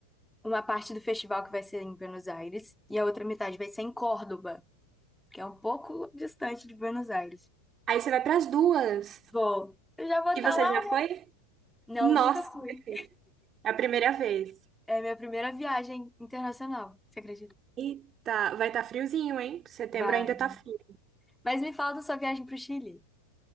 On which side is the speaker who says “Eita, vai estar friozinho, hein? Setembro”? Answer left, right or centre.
Right